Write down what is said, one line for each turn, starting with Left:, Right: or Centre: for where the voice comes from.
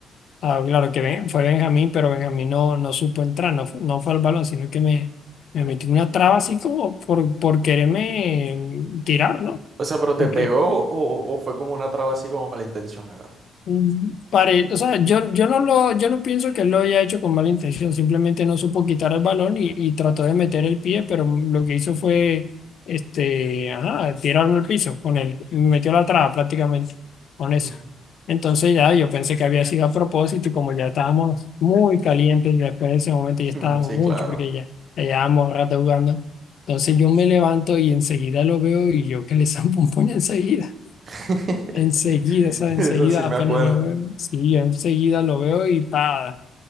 Left: Ah, claro que Ben- fue Benjamín, pero Benjamín no, no supo entrar, no, fue- no fue al balón, sino que me, me metió una traba así como por, por quererme tirar, ¿no?
Right: O sea, ¿pero
Left: Porque
Right: te pegó o, o fue como una traba así como malintencionada?
Left: Mm, pare- o sea, yo, yo no lo, yo no pienso que él lo haya hecho con mala intención, simplemente no supo quitar el balón y, y trató de meter el pie, pero lo que hizo fue, este, ajá, tirarlo al piso con él, metió la traba prácticamente con
Right: Ujú.
Left: eso.
Right: <laughs>
Left: Entonces ya yo pensé que había sido a propósito y como ya estábamos muy calientes, ya después de ese momento ya estábamos
Right: Mm, Sí,
Left: mucho
Right: claro.
Left: porque ya, ya llevábamos rato jugando. Entonces yo me levanto y enseguida lo veo y yo que le zampo un puño <laughs> enseguida.
Right: <laughs>
Left: Enseguida, o sea, enseguida
Right: Eso sí me
Left: apenas
Right: acuerdo.
Left: lo veo, sí, yo enseguida lo veo y para.